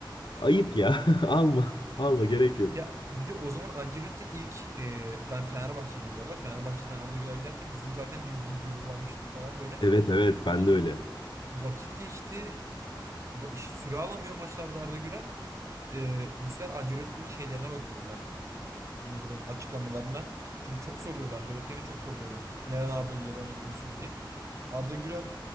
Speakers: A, on the left; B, on the right.
A: Ayıp ya. <laughs> Alma. Alma gerek yok.
B: Ya bir de o zaman Ancelotti ilk e, ben Fenerbahçeliyim bu arada. Fenerbahçe'den Arda Güler giderken bizim zaten bir, bir gururlanmıştık falan böyle.
A: Evet evet
B: Ama
A: ben de öyle.
B: vakit geçti. Va- iş- Süre alamıyor maçlarda Arda Güler. Ee, bu sefer Ancelotti'nin şeylerine bakıyordum ben. Ee, Nedir onun açıklamalarına. Çünkü çok soruluyordu. Ancelotti'ye de çok soruluyordu. Neden Arda Güler'i oynatmıyorsunuz diye. Arda Güler